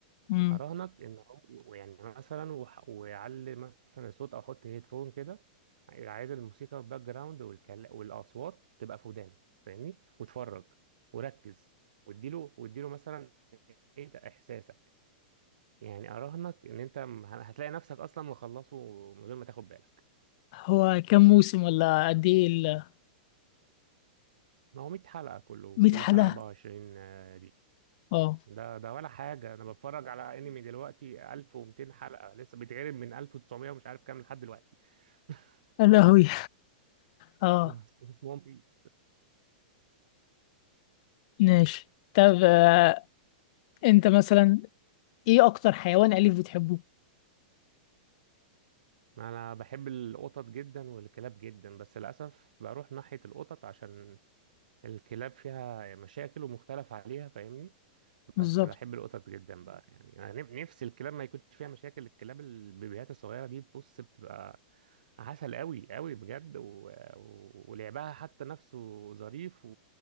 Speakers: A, on the left (about 50°); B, on the right (about 70°).
A: امم
B: اراهنك ان هو يعني مثلا وح- ويعلي مثلا الصوت او احط هيدفون كده عايز الموسيقى باك جراوند والكل... والاصوات تبقى في ودانك فاهمني وتفرج وركز واديله واديله مثلا ايه ده احساسك يعني اراهنك ان انت م- هتلاقي نفسك اصلا مخلصه من غير ما تاخد بالك
A: هو كم موسم ولا قد ايه ال
B: ما هو 100 حلقة كله
A: 100
B: كل
A: حلقة
B: حلقة 24 دي
A: اه
B: ده ده ولا حاجة انا بتفرج على انمي دلوقتي 1200 حلقة لسه بيتعرض من 1900 ومش عارف كام لحد دلوقتي <laughs>
A: يا لهوي اه
B: انا اسمهم بي
A: ماشي طب آه، انت مثلا ايه اكتر حيوان اليف بتحبه
B: <laughs> انا بحب القطط جدا والكلاب جدا بس للاسف بروح ناحيه القطط عشان الكلاب فيها مشاكل ومختلف عليها فاهمني
A: بالظبط
B: بس بحب القطط جدا بقى يعني انا نف- نفسي الكلاب ما يكونش فيها مشاكل الكلاب البيبيات الصغيره دي بص بتبقى عسل قوي قوي بجد و... و... ولعبها حتى نفسه ظريف و...